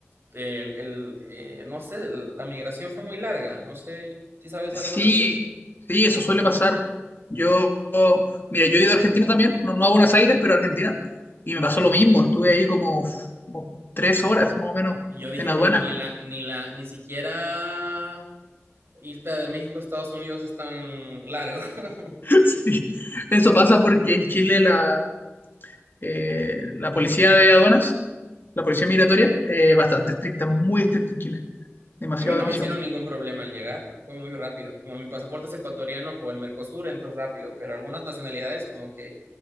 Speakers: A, on the right; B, on the left.
A: el, el, eh, no sé, la migración fue muy larga, no sé si sabes
B: Sí,
A: algo al respecto.
B: sí, eso suele pasar. Yo, mira, yo he ido a Argentina también, no, no a Buenos Aires, pero a Argentina, y me pasó lo mismo. Estuve ahí como, uf, como tres horas, más o menos,
A: Y yo dije,
B: en
A: pero
B: aduana.
A: ni la, ni la, ni siquiera irte de México a Estados Unidos es tan largo. <laughs>
B: <laughs> Sí, eso pasa porque en Chile la, eh, la policía de aduanas, la policía migratoria, es bastante estricta, muy estricta en Chile. Demasiado,
A: A mí no
B: demasiado.
A: me hicieron ningún problema al llegar, fue muy rápido. Como mi pasaporte es ecuatoriano por el Mercosur, entro rápido, pero algunas nacionalidades como que,